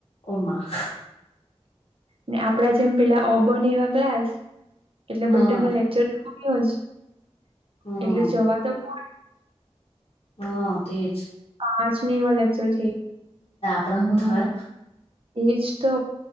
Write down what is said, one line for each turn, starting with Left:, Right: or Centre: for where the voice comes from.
Left: ઓમાં
Right: ને આપડા જેમ પેલા અ બ ન એવા ક્લાસ એટલે
Left: હા
Right: બધામાં લેક્ચર <unintelligible>
Left: હા
Right: એટલે જવા તો પણ
Left: હા તેજ
Right: પાંચ ને એવા લેક્ચર <unintelligible>
Left: આપણા હું થાહ
Right: એજ તો